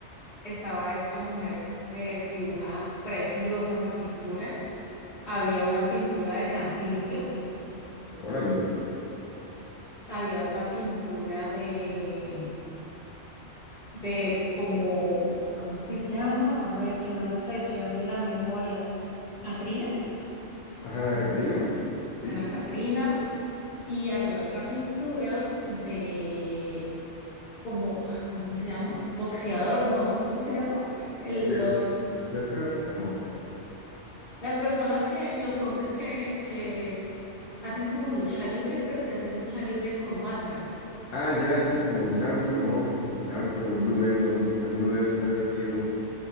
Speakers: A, on the left; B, on the left.
A: Estaba esta mujer eh, dibujada, preciosa esa pintura. Había una pintura de Cantinflas.
B: órale.
A: Había otra pintura de de como, ¿cómo se llama? A ver, que no me traicione la memoria. Catrina,
B: Ajá, la Catrina, sí.
A: una Catrina, y había otra pintura de como, ah, ¿cómo se llama? Boxeador, no, ¿cómo se llama? El-
B: Y el
A: los,
B: César, ah, no.
A: las personas que, los hombres que, que hacen como lucha libre, pero que hacen lucha libre con máscaras.
B: Ah, ya, sí, como el Santo, ¿no? El Santo o el Blue Demon, alguno de esos ha de haber sido.